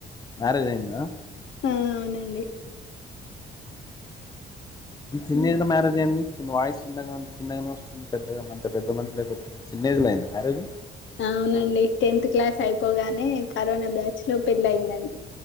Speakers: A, on the left; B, on the left.
A: మ్యారేజ్ అయిందా
B: ఆ అవునండి
A: చిన్న
B: ఉమ్,
A: ఏజలో మ్యారేజ్ అయింది చిన్న వాయిస్ చిన్నగా చిన్నగానే వస్తుంది పెద్దగా అంత పెద్ద మనుషుల కొ చిన్నజ్లో అయింది మ్యారేజ్
B: అవునండి టెన్త్ క్లాస్ అయిపోగానే కరోనా బ్యాచ్ లో పెళ్ళ అయిందండి